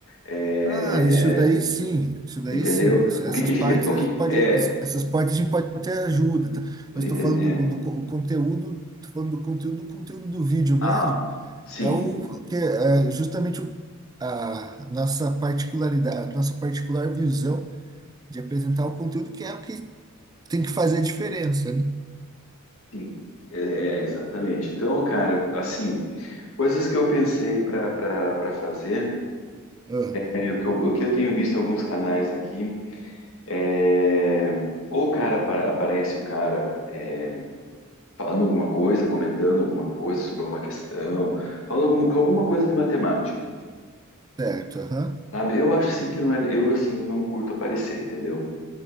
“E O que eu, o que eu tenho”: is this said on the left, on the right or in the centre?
Left